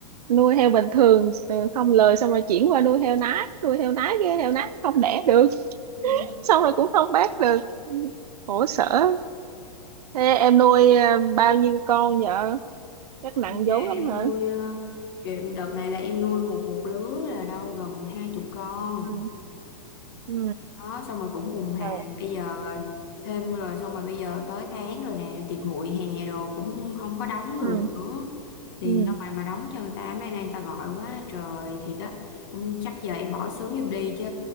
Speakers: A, on the right; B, on the left.
A: nuôi heo bình thường ờ, không lời xong rồi chuyển qua nuôi heo nái nuôi heo nái cái heo nái không đẻ được
B: Ừ.
A: xong rồi cũng không bán được khổ sở thế em nuôi ờ, bao nhiêu con vợ chắc nặng
B: Nhưng mà
A: vốn lắm
B: em
A: hả
B: nuôi ờ, kiểu đợt này là em nuôi một một lứa là đâu gần hai chục con
A: ừ ừ
B: đó xong rồi cũng vùng hà
A: ờ,
B: bây giờ ờ, thêm rồi xong rồi bây giờ tới tháng rồi nè tiền hụi hè đồ cũng không có đóng được
A: ừ
B: nữa tiền
A: ừ
B: đâu mà mà đóng cho người ta mấy nay người ta gọi quá trời thiệt á Không- chắc giờ em bỏ xứ giùm đi chứ